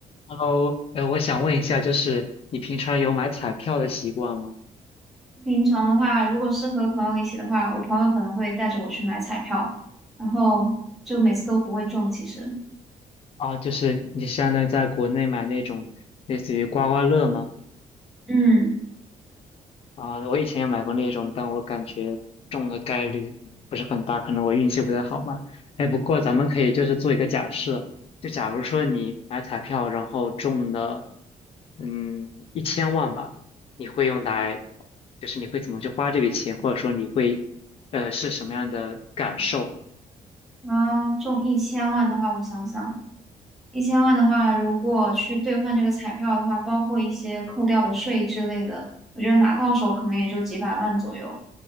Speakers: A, on the left (about 45°); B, in the centre.
A: Hello，呃，我想问一下，就是你平常有买彩票的习惯吗？
B: 平常的话，如果是和朋友一起的话，我朋友可能会带着我去买彩票，然后就每次都不会中。其实，
A: 啊，就是你相当于在国内买那种类似于刮刮乐吗？
B: 嗯，
A: 啊，我以前也买过那种，但我感觉中的概率不是很大，可能我运气不太好吧。哎，不过咱们可以就是做一个假设，就假如说你买彩票，然后中了，嗯，一千万吧，你会用来，就是你会怎么去花这笔钱，或者说你会，呃，是什么样的感受？
B: 啊，中一千万的话，我想想，一千万的话，如果去兑换这个彩票的话，包括一些扣掉的税之类的，我觉得拿到手可能也就几百万左右。